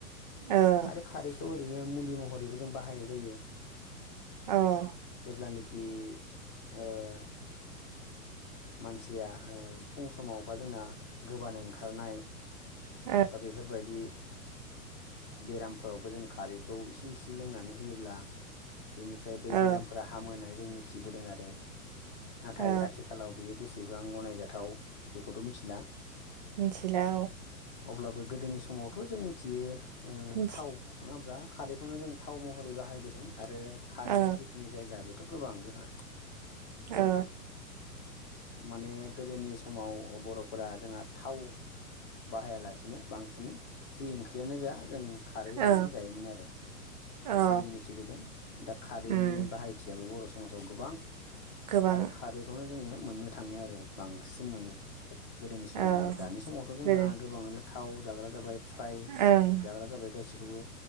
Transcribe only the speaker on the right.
औ
औ
औ
औ
औ
मिथिला
मिथि
औ
औ
औ
औ
उम
गोबां
औ
गोदो
ओं